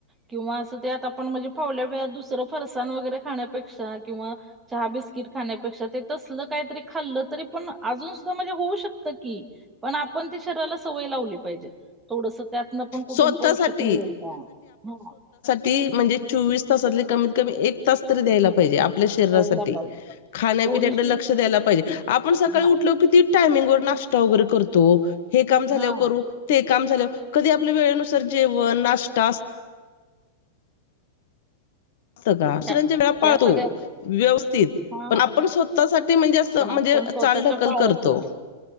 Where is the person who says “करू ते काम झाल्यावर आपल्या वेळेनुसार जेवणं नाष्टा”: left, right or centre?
Left